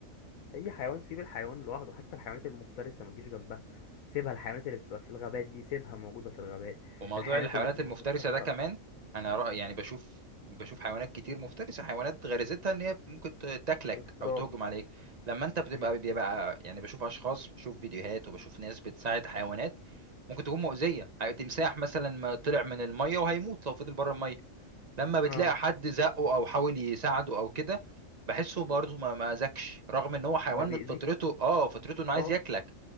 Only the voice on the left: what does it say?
اي حيوان سيب الحيوان لوحده حتى الحيوانات المفترسة ما تجيش جنبها سيبها الحيوانات اللي بتبقى في الغابات دي سيبها موجودة في الغابات
الحيوانات
اللي بتبقى
في الصحراء
افتراس
مم.
اه
ما بيأذيش
اه